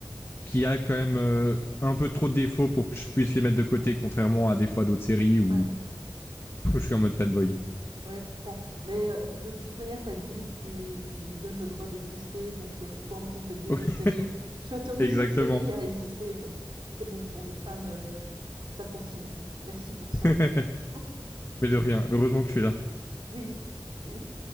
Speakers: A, on the left (about 30°); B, on the right (about 75°).
A: qui a quand même euh, un peu trop de défauts pour que je puisse les mettre de côté, contrairement à des fois d'autres séries où,
B: ouais.
A: <laughs> où je suis en mode fanboy.
B: Ouais, je comprends. Mais euh, de toute manière, tu as dit, tu, tu lui donnes le droit d'exister. Donc, le- toi, en tant que dieu
A: <laughs>
B: des séries, <laughs> tu autorises
A: Exactement.
B: cette série à exister. Donc, c'est bon pour les fans. euh, ça continue. Merci pour ça.
A: <laughs>
B: <laughs>
A: mais de rien. Heureusement que je suis là.
B: Oui, oui.